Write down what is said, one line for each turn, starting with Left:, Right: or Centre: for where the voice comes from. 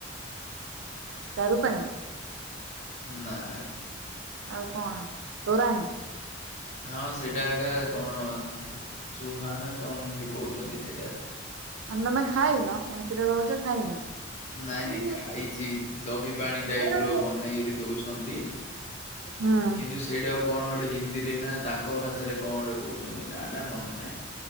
Right: ଚାରୁ ପାଣି?
Left: ନାଇଁ।
Right: ଆଉ କଣ ତୋରାଣୀ।
Left: ହଁ ସେଇଟା ଆଗା କଣ ଚୁହା ନା କଣ ଏମିତି କହୁଛନ୍ତି ସେଇଟା ସ
Right: ଆନ ତମେ ଖାଇନ ଏମ୍ପିରେ ରହୁଚ ଖାଇନ?
Left: ନାଇଁ
Right: ହୁଁ
Left: ନାଇଁ ଖାଇଚି ଦହି ପାଣି ଟାଇପ୍
Right: ହଁ
Left: ର ବନେଇକି ଦେଉଛନ୍ତି।
Right: ହଁ।
Left: କିନ୍ତୁ ସେଇଟାକୁ କଣ ଗୋଟେ ହିନ୍ଦୀରେ ନା ତାଙ୍କ ଭାଷାରେ କଣ ଗୋଟେ କହୁଛନ୍ତି ନା ଟା ମନେ ନାହିଁ।